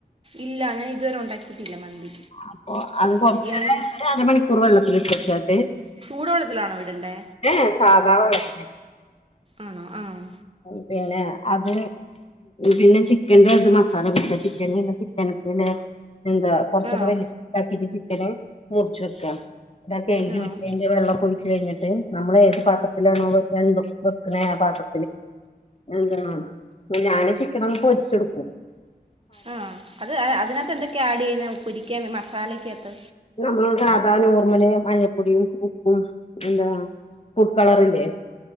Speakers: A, on the right (about 35°); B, on the left (about 40°).
A: ഇല്ല ഞാൻ ഇതുവരെ ഉണ്ടാക്കിയിട്ടില്ല മന്തി
B: അപ്പൊ അത് കൊറച്ചൊരേ
A: ബിരിയാണി
B: അരമണിക്കൂർ വെള്ളത്തിൽ ഇട്ടിട്ടോണ്ട്
A: ചൂടുവെള്ളത്തിലാണോ ഇടണ്ടേ
B: ഏ സാധാ വെള്ളം
A: ആണോ ആഹ്
B: പിന്നെ അത് പിന്നെ ചിക്കന്റെ അത് മസാല കൊടുക്ക ചിക്കൻല്ല ചിക്കനക്കല്ലേ എന്താ കൊറച്ചൊക്ക
A: ആഹ്
B: വലുതാക്കി വെച്ചിട്ട് ചിക്കന് മുറിച്ചൊക്കാ ഇതൊക്കെ കഴുകി
A: ആഹ്
B: വെച്ചെന്റെ വെള്ളം ഒക്കെ ഒഴിച്ചുകഴിഞ്ഞിട്ട് നമ്മൾഏത് പാത്രത്തിലാണോ ര ണ്ടും വെക്കുന്ന ആ പാത്ര എന്ത ഞാന് ചിക്കനൊക്കെപൊരിച്ചെടുക്കും
A: ആഹ് അത് അതിനകത്ത് എന്തൊക്കെയ ആഡ് ചെയ്യുന്നെ പ്പൊരിക്ക മസാലക്കാത്ത്
B: നമ്മള് സാധാരണ നോർമൽ മഞ്ഞപ്പൊടിയും ഉപ്പും എന്താ ഫുഡ് കളറില്ലേ